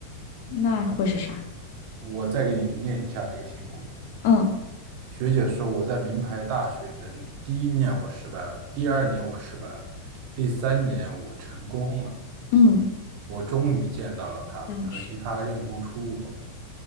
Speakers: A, on the left; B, on the right.
A: 那会是啥？
B: 我再给你念一下这个题目。
A: 嗯
B: 学姐说我在名牌大学等你，第一年我失败了，第二年我失败了，第三年我成功了，
A: 嗯，
B: 我终于见到了他，
A: 这样去。
B: 可惜他认不出我。